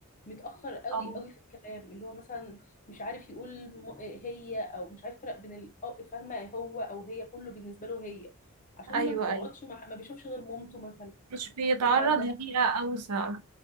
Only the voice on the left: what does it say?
متأخر قوي
قوي في الكلام اللي هو مثلا مش عارف يقول م- هي او مش عارف يفرق بين ال- أو- فاهمة هو او هي كله بالنسبة له هي عشان
ما بتقعدش
مع ما بيشوفش غير مامته مثلا
هي ما عندها